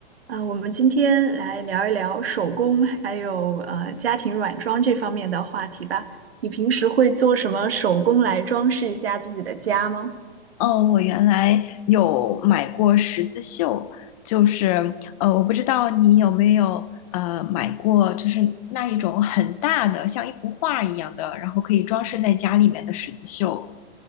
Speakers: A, on the right; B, on the left.
A: 啊，我们今天来聊一聊手工还有呃家庭软装这方面的话题吧。你平时会做什么手工来装饰一下自己的家吗？
B: 哦，我原来有买过十字绣，就是呃，我不知道你有没有呃买过，就是那一种很大的，像一幅画一样的，然后可以装饰在家里面的十字绣。